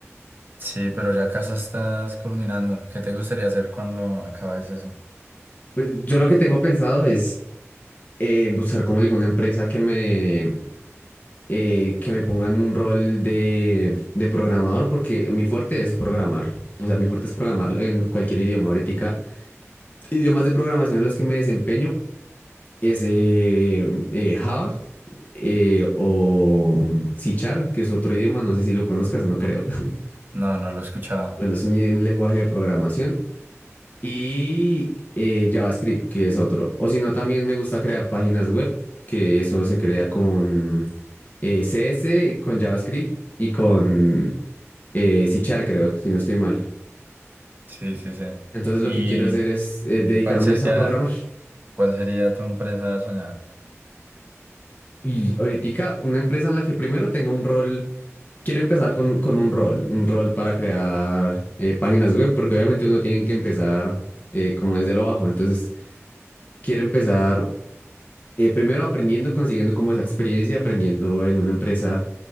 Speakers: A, on the right (about 40°); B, on the left (about 35°).
A: sí, pero ya casa estás culminando. ¿Qué te gustaría hacer cuando acabes eso?
B: Pues yo lo que tengo pensado es eh, buscar como alguna empresa que me, eh, que me ponga en un rol de, de programador porque mi fuerte es programar. O sea, mi fuerte es programar en cualquier idioma. Ahorita idiomas de programación en los que me desempeño es eh, eh, Java eh, o C Sharp, que es otro idioma, no sé si lo conozcas, no creo. <laughs>
A: No, no lo he escuchado.
B: Bueno, es un, un lenguaje de programación. Y eh, JavaScript, que es otro. O si no, también me gusta crear páginas web, que eso se crea con eh, CS, con JavaScript y con eh, C Sharp, creo, si no estoy mal.
A: Sí, sí, sí.
B: Entonces
A: ¿Y
B: lo que quiero hacer es eh, dedicarme
A: cuál sería,
B: es a programar.
A: cuál sería tu empresa soñada?
B: Y ahorita una empresa en la que primero tenga un rol quiero empezar con, con un rol, un rol para crear eh, páginas web, porque obviamente uno tiene que empezar eh, como desde lo bajo. Entonces, quiero empezar eh, primero aprendiendo, consiguiendo como esa experiencia, aprendiendo en una empresa